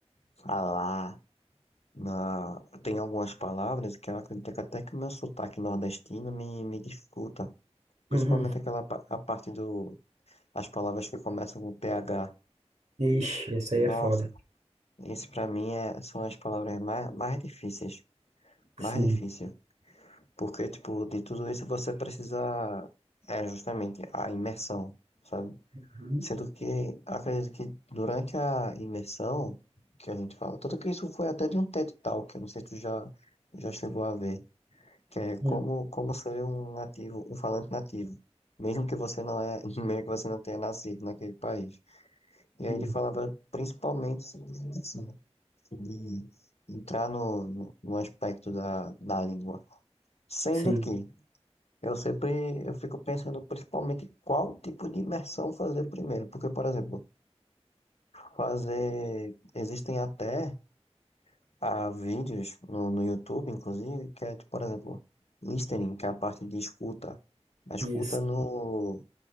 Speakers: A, on the left; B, on the right.
A: falar, na... tem algumas palavras que eu acredito que até que o meu sotaque nordestino me, me dificulta, principalmente
B: Uhum.
A: aquela pa- a parte do, as palavras que começam com p h
B: Ixi, isso
A: Nossa,
B: aí é foda.
A: isso pra mim é, são as palavras mais, mais difíceis, mais
B: Sim.
A: difícil, porque, tipo, de tudo isso você precisa, é justamente a imersão, sabe?
B: Uhum.
A: Sendo que acredito que durante a imersão que a gente fala, tanto que isso foi até de um TED Talk, eu não sei se tu já, já chegou a ver, que é
B: Uhum.
A: como, como ser um nativo, um falante nativo, mesmo que você não é, <laughs> mesmo que você não tenha nascido naquele país. E aí
B: Uhum.
A: ele falava principalmente sobre isso, né? sobre entrar no, no, no aspecto da, da língua. Sendo
B: Sim.
A: que eu sempre eu fico pensando principalmente qual tipo de imersão fazer primeiro, porque, por exemplo, fazer. Existem até ah, vídeos no, no YouTube, inclusive, que é, tipo, por exemplo, listening, que é a parte de escuta. A escuta
B: Isso.
A: no.